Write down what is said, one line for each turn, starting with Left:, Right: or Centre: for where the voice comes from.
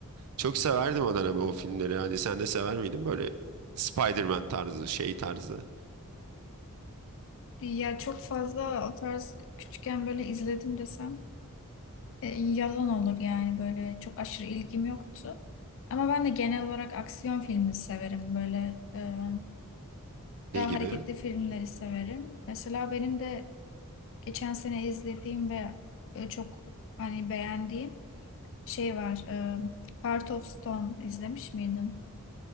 Right: Çok severdim o dönem o filmleri. Hani sen de sever miydin böyle Spider-Man tarzı, şey tarzı?
Left: Ya çok fazla o tarz küçükken böyle izledim desem. E, yalan olur yani böyle çok aşırı ilgim yoktu. Ama ben de genel olarak aksiyon filmi severim. Böyle e, daha
Right: Ne gibi?
Left: hareketli filmleri severim. Mesela benim de geçen sene izlediğim ve e, çok hani beğendiğim şey var. E, Heart of Stone izlemiş miydin?